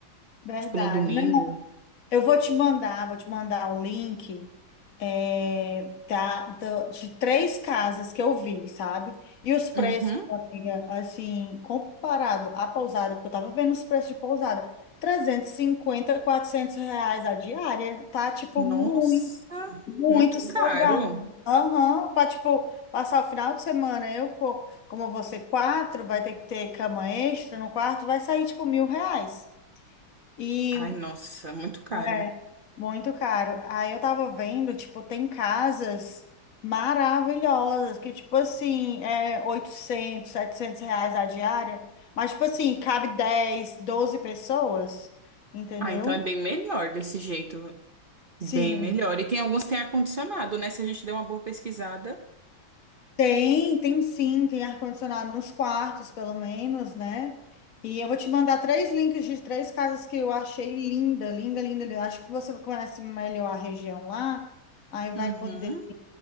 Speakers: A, on the left (about 45°); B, on the right (about 55°).
A: Verdade.
B: tipo no domingo.
A: Não, eu vou te mandar, vou te mandar um link é, da, do- de três casas que eu vi, sabe? E os preços,
B: Uhum.
A: amiga, assim, comparado à pousada, porque eu tava vendo os preços de pousada, 350 400 reais a diária, tá? Tipo,
B: Nossa,
A: muito. Muito
B: muito
A: salgado.
B: caro.
A: Aham, para tipo, passar o final de semana. Eu, co- como você quatro, vai ter que ter cama extra no quarto, vai sair, tipo, mil reais. E
B: Ai, nossa, muito caro.
A: é muito caro. Aí eu tava vendo, tipo, tem casas maravilhosas que, tipo assim, é 800 700 reais a diária. Mas, tipo assim, cabe 10 12 pessoas, entendeu?
B: Ah, então é bem melhor desse jeito.
A: Sim.
B: Bem melhor. E tem alguns que tem ar-condicionado, né? Se a gente der uma boa pesquisada.
A: Tem, tem sim, tem ar-condicionado nos quartos, pelo menos, né? E eu vou te mandar três links de três casas que eu achei linda, linda, linda. linda. Eu Acho que você conhece melhor a região lá, aí vai
B: Uhum,
A: poder,